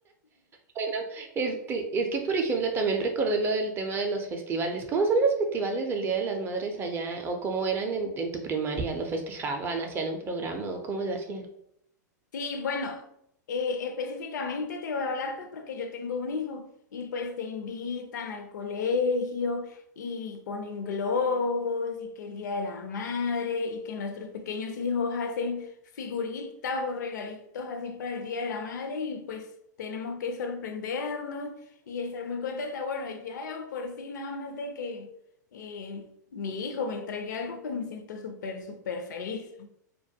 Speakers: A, on the right; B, on the left.
A: Bueno, este, es que por ejemplo también recordé lo del tema de los festivales. ¿Cómo son los festivales del Día de las Madres allá? ¿O cómo eran en, en tu primaria? ¿Lo festejaban? ¿Hacían un programa? ¿O cómo lo hacían?
B: Sí, bueno, eh, específicamente te voy a hablar pues porque yo tengo un hijo y pues te invitan al colegio y ponen globos y que el Día de la Madre y que nuestros pequeños hijos hacen figuritas o regalitos así para el Día de la Madre y pues tenemos que sorprendernos y estar muy contenta. Bueno, ya de por sí nada más de que eh, mi hijo me entregue algo pues me siento súper, súper feliz.